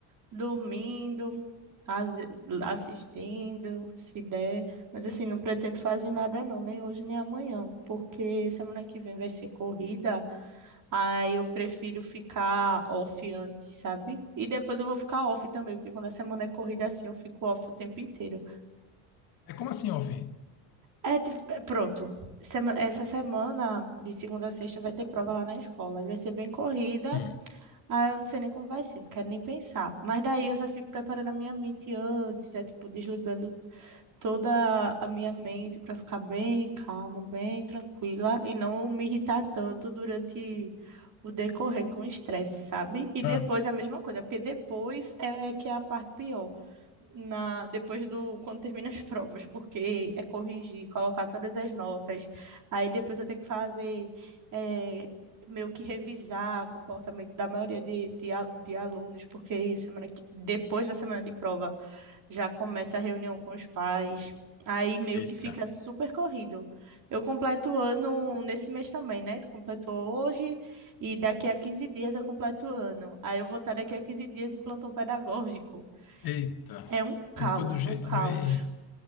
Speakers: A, on the right; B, on the left.
A: dormindo, as- assistindo, se der. Mas assim, não pretendo fazer nada não, nem hoje nem amanhã, porque semana que vem vai ser corrida, aí eu prefiro ficar off antes, sabe? E depois eu vou ficar off também, porque quando a semana é corrida assim, eu fico off o tempo inteiro.
B: É como assim, Alfim?
A: É, tipo, é, pronto. Sema- Essa semana, de segunda a sexta, vai ter prova lá na escola. e Vai ser bem corrida
B: Hum.
A: Ah, eu não sei nem como vai ser, não quero nem pensar. Mas daí eu já fico preparando a minha mente antes, é tipo, desligando toda a minha mente para ficar bem calma, bem tranquila e não me irritar tanto durante o decorrer com o estresse, sabe? E
B: Ah,
A: depois a mesma coisa, porque depois é, é que é a parte pior na depois do quando termina as provas, porque é corrigir, colocar todas as notas. Aí depois eu tenho que fazer é, meio que revisar o comportamento da maioria de, de, a- de alunos, porque semana que, depois da semana de prova já começa a reunião com os pais. Aí meio
B: eita,
A: que fica super corrido. Eu completo o ano nesse mês também, né? Tu completou hoje e daqui a 15 dias eu completo o ano. Aí eu vou estar daqui a 15 dias em plantão pedagógico.
B: eita.
A: É um caos,
B: De todo jeito
A: um caos.
B: vai.